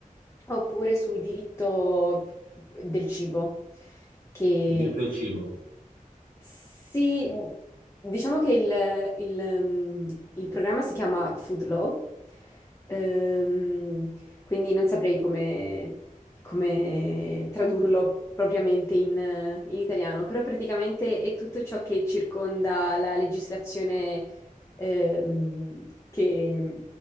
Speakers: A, on the left; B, on the right.
A: oppure sul diritto del cibo, Mm. che
B: Dietro il cibo.
A: sì, diciamo che il, il, mm, il programma si chiama Food Law, ehm, quindi non saprei come, come tradurlo propriamente in, in italiano, però praticamente è tutto ciò che circonda la legislazione, ehm, che